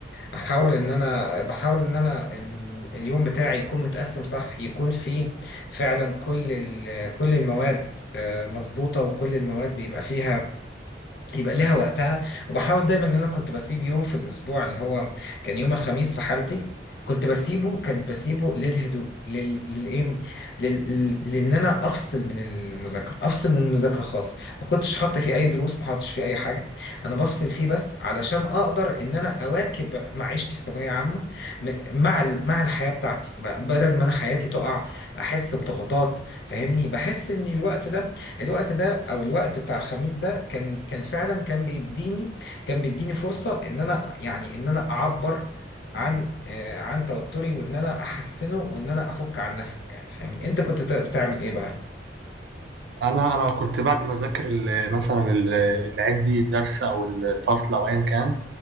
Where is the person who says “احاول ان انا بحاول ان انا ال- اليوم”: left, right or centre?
Left